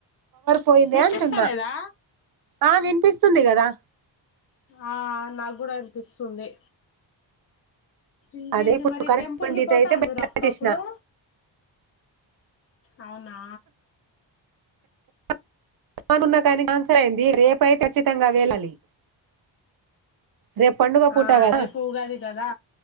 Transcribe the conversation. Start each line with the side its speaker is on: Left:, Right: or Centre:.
Right: పోయిందే
Left: వినిపిస్తలేదా?
Right: అంటున్నా ఆ వినిపిస్తుంది కదా
Left: ఆ నాకు కూడా వినిపిస్ పిస్తుంది ఇంకేంటి
Right: అదే ఇప్పుడు
Left: మరి
Right: కరెంట్
Left: టెంపుల్
Right: పోయింది
Left: కి
Right: ఇటు
Left: పోతారు
Right: అయితే బయట
Left: మీరు అప్పుడప్పుడు
Right: వచ్చేసిన
Left: అవునా
Right: <inaudible> కానీ కాన్సర్ అయ్యింది రేపైతే ఖచ్చితంగా వేలాలి రేపు పండుగ పూట
Left: ఆ
Right: కదా
Left: రేపు ఉగాది కదా